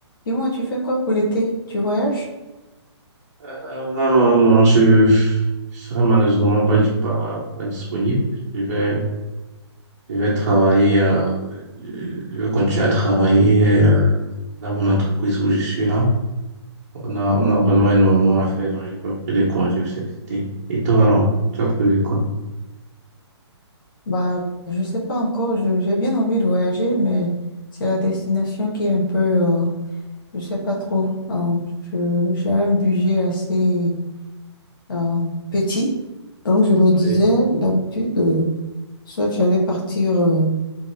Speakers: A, on the left (about 45°); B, on the right (about 35°).
A: Dis-moi, tu fais quoi pour l'été? Tu voyages?
B: Euh, non, non, non, je, je serai malheureusement pas, pas, pas disponible. Je vais, je vais travailler, euh, je je vais continuer à travailler euh, dans mon entreprise où je suis là. On a,
A: Mm.
B: on a vraiment énormément à faire, donc j'ai pas pris de congés pour cet été. Et toi, alors, tu as prévu quoi?
A: Bah, je sais pas encore. je- J'ai bien envie de voyager, mais c'est la destination qui est un peu, euh, je sais pas trop. Euh, je- j'ai un budget assez euh, petit, donc je me disais
B: Oui.
A: d'habitude, euh, soit j'allais partir euh,